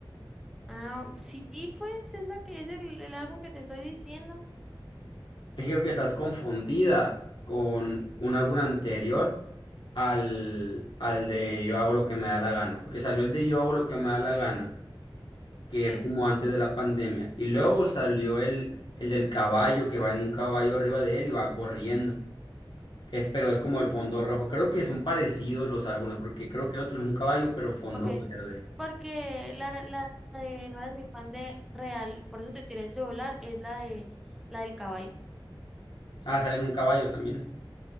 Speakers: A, in the centre; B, on the left.
A: Ah, sí, pues es la que es el, el álbum que te estoy diciendo.
B: Es que creo que estás confundida con un álbum anterior al, al de Yo hago lo que me da la gana, porque salió el de Yo hago lo que me da la gana, que
A: Sí.
B: es como antes de la pandemia, y luego salió el, el del caballo que va en un caballo arriba de él y va corriendo. que Es, pero es como el fondo rojo. Creo
A: Mm.
B: que son parecidos los álbumes, porque creo que el otro es un caballo, pero fondo
A: Ok,
B: verde.
A: porque la, la de no eras mi fan de real, por eso te tiré el celular, es la de la del caballo.
B: Ah, sale en un caballo también.